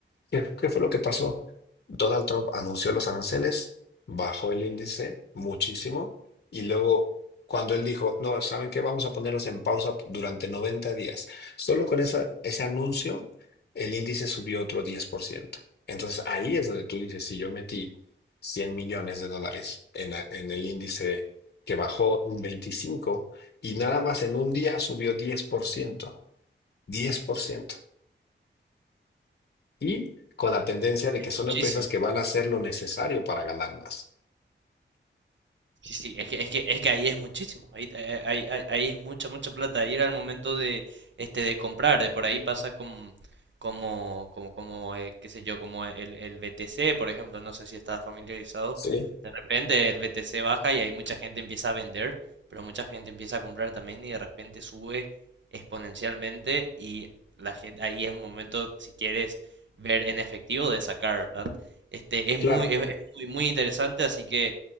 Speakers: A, on the left; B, on the right.
A: ¿Qué, qué fue lo que pasó? Donald Trump anunció los aranceles, bajó el índice muchísimo y luego cuando él dijo, no, ¿saben qué? Vamos a ponerlos en pausa durante 90 días. Solo con esa, ese anuncio, el índice subió otro 10%. Entonces ahí es donde tú dices, si yo metí 100 millones de dólares en, la- en el índice que bajó un 25 y nada más en un día subió 10%, 10% y con la tendencia de
B: Es
A: que son
B: muchísimo.
A: empresas que van a hacer lo necesario para ganar más.
B: Sí, sí, es que, es que, es que ahí es muchísimo, ahí, eh, ahí, ahí- ahí es mucha, mucha plata, ahí era el momento de, este, de comprar, de por ahí pasa con, como, como, como, eh, qué sé yo, como el, el BTC, por ejemplo, no sé si estás familiarizado,
A: Sí,
B: de repente el BTC baja y ahí mucha gente empieza a vender, pero mucha gente empieza a comprar también y de repente sube exponencialmente y la gente, ahí es el momento, si quieres ver en efectivo, de sacar, ¿verdad? Este, es muy,
A: Claro,
B: es es muy, muy interesante, así que...